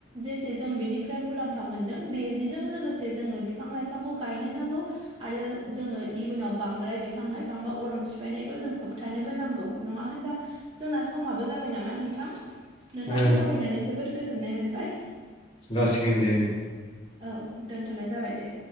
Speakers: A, on the right (about 25°); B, on the left (about 25°).
A: जेसे जों बिनिफ्राय मुलाम्फा मोन्दों। बेजों लोगोसे जोङो बिफां लाइफांखौ गायनो नांगौ। आरो जोङो इयुनाव बांद्राय बिफां लाइफां बा अरन सिफायनायखौ जों होबथानोबो नांगौ। नङा होनबा जोंना समाबो जाबाय नामा नोंथां। नोंथांजों
B: ओ
A: सावरायनानै जोबोद गोजोननाय मोनबाय।
B: जासिगोन दे।
A: औ दोनथ'नाय जाबाय दे।